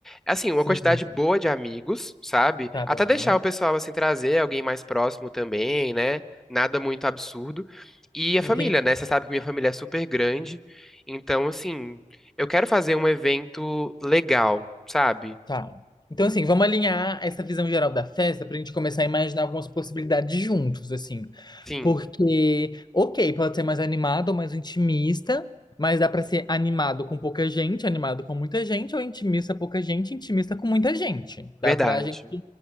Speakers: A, in the centre; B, on the left (about 30°).
A: assim, uma
B: Sim.
A: quantidade boa de amigos, sabe?
B: Tá
A: Até
B: bom.
A: deixar o pessoal, assim, trazer alguém mais próximo também, né? nada muito absurdo. E a família,
B: Entendi.
A: né? Você sabe que minha família é super grande. Então, assim, eu quero fazer um evento legal, sabe?
B: Tá. Então, assim, vamos alinhar essa visão geral da festa pra gente começar a imaginar algumas possibilidades juntos, assim.
A: Sim,
B: Porque, ok, pode ser mais animado ou mais intimista, mas dá pra ser animado com pouca gente, animado com muita gente, ou intimista pouca gente, intimista com muita gente. Dá
A: verdade.
B: pra gente